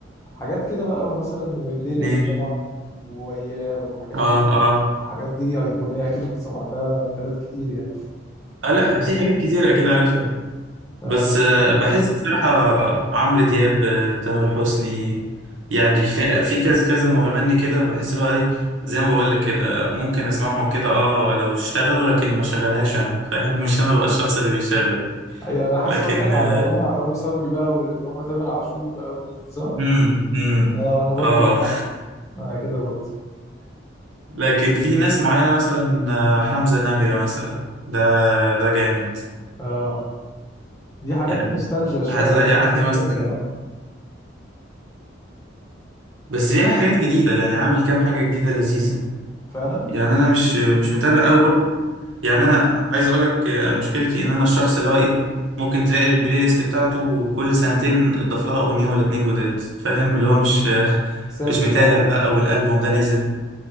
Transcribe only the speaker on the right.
ماشي
اه
اه
آه، لا في حاجات كتيرة كده عارفها
بس آه، بحس بصراحة عمرو دياب آه، تامر حسني يعني الفئة في كذا كذا مغني كده بحس اللي هو إيه، زي ما بقول لك كده ممكن اسمعهم كده اه لو اشتغلوا لكن ما شغلهاش انا فاهم مش انا بقى الشخص اللي بيشغل
لكن
آه،
امم امم
اه
<laughs>
لكن في ناس معينة مثلا آه، حمزة نمرة مثلا ده ده جامد
يعني
هتلاقي
عندي
مثلا
بس بيعمل حاجات جديدة يعني عامل كام حاجة جديدة لذيذة
يعني انا مش مش متابع قوي برضه يعني انا عايز اقول لك آه، مشكلتي ان انا الشخص اللي هو ايه ممكن تلاقي البلاي ليست بتاعته كل سنتين اضاف لها اغنيه ولا اتنين جداد فاهم اللي هو مش <laughs> آه،
مش متابع
بقى والالبوم
ده نزل